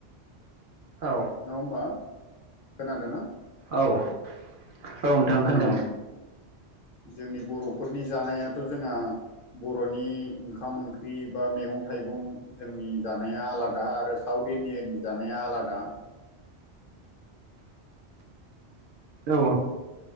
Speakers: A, on the right; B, on the left.
A: औ
B: नङा होमबा खोनादों ना?
A: औ औ नोंथां खोनादों।
B: उम जोंनि बर'फोरनि जानायाथ' जोंहा बर'नि ओंखाम ओंख्रि बा मैगं थाइ थाइगं जोंनि जानाया आलादा आरो साउथ इण्डियानि जानाया आलादा।
A: औ।